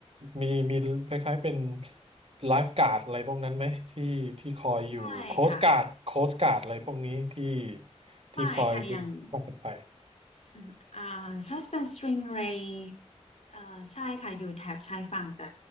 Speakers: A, on the right (about 55°); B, on the left (about 70°).
A: มีมีคล้ายๆเป็นไลฟ์การ์ดอะไรพวกนั้นไหมที่ที่คอยอยู่โค้ชการ์ดโค้ชการ์ดอะไรพวกนี้ที่
B: ไม่ค่ะ
A: ที่คอยดูความปลอดภัย
B: ไม่ค่ะอย่าง สอ่าถ้าเป็นสตริงเรย์เอ่อใช่ค่ะอยู่แถบชายฝั่งแต่